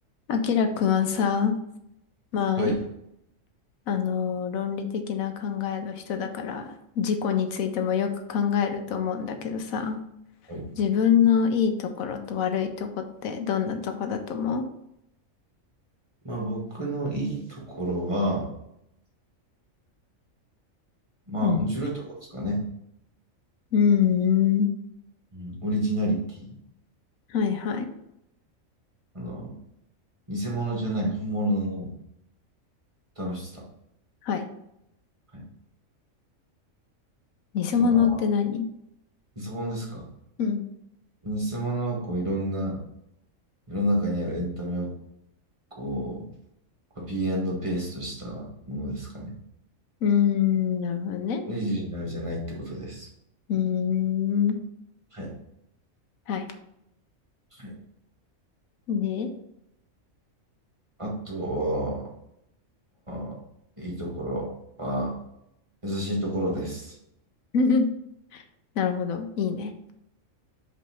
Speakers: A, on the left; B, on the right.
A: あきらくんはさ、まあ、
B: はい。
A: あの、論理的な考えの人だから、自己についてもよく考えると思うんだけどさ、
B: はい。
A: 自分のいいところと悪いとこってどんなとこだと思う
B: まあ僕のいいところは、まあ面白いところですかね。
A: うん。うーん。
B: うん、オリジナリティ。
A: はいはい。
B: あの、偽物じゃない本物の楽しさ。
A: はい。
B: はい。あ
A: 偽物って何
B: とは、まあ偽物ですか。
A: うん。
B: 偽物はこういろんな世の中にあるエンタメをこうコピーペーストしたものですかね。
A: うーん、なるほどね。
B: オリジナルじゃないってことです。
A: うーん。
B: はい。
A: はい。
B: はい。
A: で、
B: あとは、まあ、いいところは優しいところです。
A: <laughs> なるほど。いいね。